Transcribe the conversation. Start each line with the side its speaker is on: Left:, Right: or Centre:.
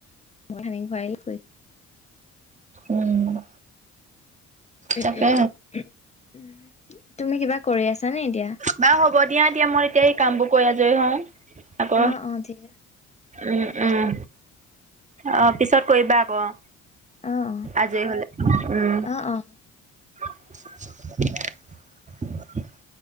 Left: <unintelligible>
Right: উম
Left: তুমি
Right: তাকে
Left: কিবা কৰি আছানে এতিয়া?
Right: বা হ'ব দিয়া দিয়া মই এতিয়া এই কামবোৰ কৰি আজৰি হওঁ। আকৌ
Left: অ অ ঠিকে
Right: উম উম অ পিছত কৰিবা আকৌ অ
Left: অ', অ',
Right: আজৰি হ'লে উম
Left: অ'। অ'।
Right: <inaudible> <unintelligible>